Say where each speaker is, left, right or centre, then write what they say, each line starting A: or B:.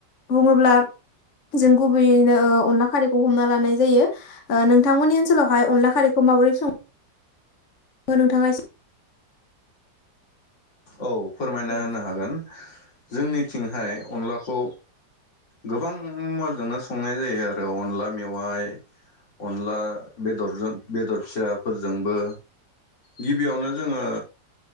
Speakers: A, on the left (about 45°); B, on the left (about 85°).
A: बुङोब्ला जों गुबैयैनो ओ अनला खारैखौ हमना लानाय जायो ओ नोंथांमोननि ओनसोलावहाय अनला खारैखौ माबोरै सं ङो नोंथाङा एसे
B: औ फोरमायना
A: एसे
B: होनो हागोन जोंनिथिंहाय अनलाखौ गोबां मुवाजोंनो संनाय जायो आरो अनला मेवाय अनला बेदरजों बेदर फिसाफोरजोंबो गिबियावनो जोङो